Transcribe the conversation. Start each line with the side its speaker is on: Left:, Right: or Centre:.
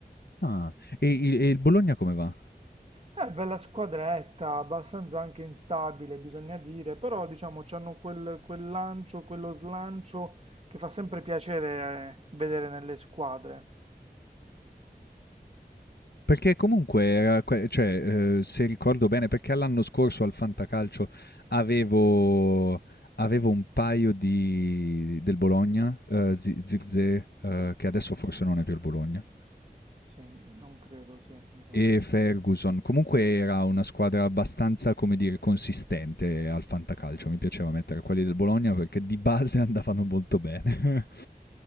Left: Ah. E il e il Bologna come va?
Right: È bella squadretta, abbastanza anche instabile, bisogna dire, però diciamo c'hanno quel, quel lancio, quello slancio che fa sempre piacere eh, vedere nelle squadre.
Left: Perché comunque era que cioè, ehm, se ricordo bene, perché l'anno scorso al Fantacalcio avevo avevo un paio di del Bologna, ehm, Zi Zirkzee, ehm,
Right: Sì,
Left: che adesso forse non è più il Bologna,
Right: sì, non credo, sì, mi sa.
Left: e Ferguson. Comunque era una squadra abbastanza, come dire, consistente al Fantacalcio. Mi piaceva mettere quelli del Bologna perché di base <laughs> andavano molto bene.